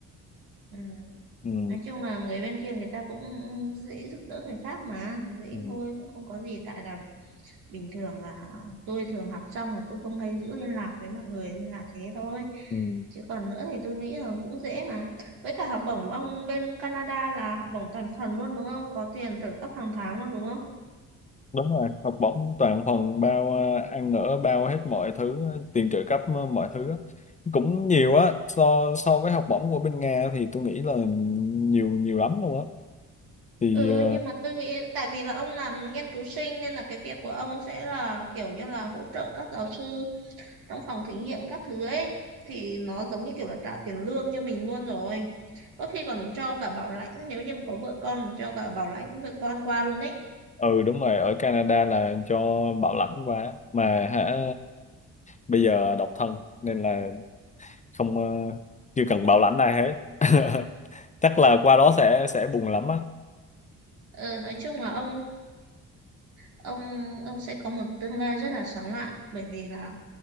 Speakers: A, on the right; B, on the left.
A: ừ.
B: ừ.
A: nói chung là người bên kia người ta cũng dễ giúp đỡ người khác mà dễ
B: Ừ.
A: thôi cũng không có gì tại là bình thường là tôi thường học xong là tôi không hay giữ liên lạc với mọi người nên là thế thôi
B: Ừ.
A: chứ còn nữa thì tôi nghĩ là cũng dễ mà với cả học bổng ông bên Canada là học bổng toàn phần luôn đúng không có tiền trợ cấp hàng tháng luôn đúng không
B: đúng rồi học bổng toàn phần bao ờ, ăn ở bao hết mọi thứ ờ, tiền trợ cấp ờ, mọi thứ á. cũng nhiều á so so với học bổng của bên Nga thì tôi nghĩ là nhiều nhiều lắm luôn á thì
A: Ừ
B: ờ,
A: nhưng mà tôi nghĩ tại vì là ông làm nghiên cứu sinh nên là cái việc của ông sẽ là kiểu như là hỗ trợ các giáo sư trong phòng thí nghiệm các thứ ấy thì nó giống như kiểu là trả tiền lương cho mình luôn rồi. Có khi còn cho cả bảo lãnh nếu như mà có vợ con cho cả bảo lãnh vợ con qua luôn ấy.
B: ừ đúng rồi ở Canada là cho bảo lãnh quá mà hả bây giờ độc thân nên là không ờ, chưa cần bảo lãnh ai hết <laughs> chắc là qua đó sẽ sẽ buồn lắm á
A: ờ nói chung là ông ông ông sẽ có một tương lai rất là sáng lạn bởi vì là